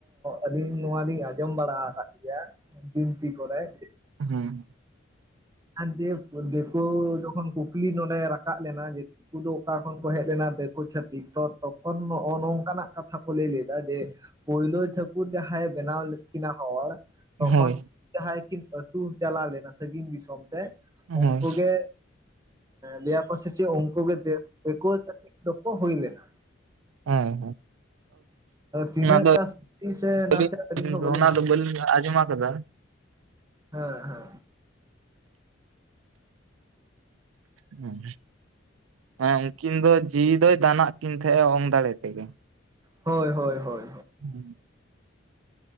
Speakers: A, on the right (about 15°); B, on the right (about 80°).
A: ᱟᱹᱞᱤᱧ ᱱᱚᱣᱟᱞᱤᱧ ᱟᱸᱡᱚᱢ ᱵᱟᱲᱟᱣ ᱟᱠᱟᱫ ᱜᱮᱭᱟ᱾ ᱵᱤᱱᱛᱤ ᱠᱚᱨᱮᱜ᱾
B: ᱦᱩᱸ᱾
A: ᱟᱨ ᱫᱮ ᱫᱤᱠᱩ ᱡᱚᱠᱷᱚᱱ ᱠᱩᱠᱞᱤ ᱱᱚᱸᱰᱮ ᱨᱟᱠᱟᱵ ᱞᱮᱱᱟ ᱡᱮ ᱠᱩ ᱫᱚ ᱚᱠᱟ ᱠᱷᱚᱱ ᱠᱚ ᱦᱮᱡ ᱞᱮᱱᱟ ᱫᱤᱠᱩ ᱪᱷᱟᱛᱤᱠ ᱛᱚ ᱛᱚᱠᱷᱚᱱ ᱱᱚᱜᱼᱚ ᱱᱚᱝᱠᱟᱱᱟᱜ ᱠᱟᱛᱷᱟ ᱠᱚ ᱞᱟᱹᱭ ᱞᱮᱫᱟ ᱡᱮ ᱯᱳᱭᱞᱳ ᱴᱷᱟᱹᱠᱩᱨ ᱡᱟᱦᱟᱸᱭ ᱵᱮᱱᱟᱣ ᱞᱮᱫ ᱠᱤᱱᱟ ᱦᱚᱲ ᱛᱚᱠᱷᱚᱱ
B: ᱦᱳᱭ
A: ᱡᱟᱦᱟᱸᱭ ᱠᱤᱱ ᱟᱹᱛᱩ ᱪᱟᱞᱟᱣ ᱞᱮᱱᱟ ᱥᱟᱹᱜᱤᱧ ᱫᱤᱥᱚᱢ ᱛᱮ ᱩᱱᱠᱩ
B: ᱦᱳᱭ
A: ᱜᱮ ᱞᱟᱹᱭᱟᱠ ᱥᱮ ᱪᱮᱫ ᱚᱝᱠᱩ ᱜᱮ ᱫᱮᱠᱳ ᱪᱷᱟᱛᱤᱠ ᱫᱚᱠᱚ ᱦᱩᱭ ᱞᱮᱱᱟ᱾᱾
B: ᱦᱮᱸ
A: ᱛᱤᱱᱟᱹᱜ
B: ᱦᱮᱸ᱾ ᱟᱫᱚ
A: ᱴᱟ ᱥᱟᱹᱨᱤ ᱥᱮ
B: ᱵᱚᱞᱤ
A: ᱱᱟᱥᱮ ᱟᱹᱞᱤᱧ ᱦᱚᱸ ᱵᱟᱹᱞᱤᱧ
B: ᱚᱱᱟ ᱫᱚ ᱵᱟᱞᱤᱧ ᱟᱡᱚᱢ ᱟᱠᱟᱫᱟ
A: ᱦᱮᱸ ᱦᱮᱸ᱾
B: ᱦᱮᱸ᱾ ᱢᱟᱱᱮ ᱩᱱᱠᱤᱱ ᱫᱚ ᱡᱤᱣᱤ ᱫᱚᱭ ᱫᱟᱱᱟᱜ ᱠᱤᱱ ᱛᱟᱦᱮᱸᱜᱼᱟ ᱚᱝ ᱫᱟᱲᱮ ᱛᱮᱜᱮ᱾
A: ᱦᱳᱭ ᱦᱳᱭ ᱦᱳᱭ᱾
B: ᱦᱩᱸ᱾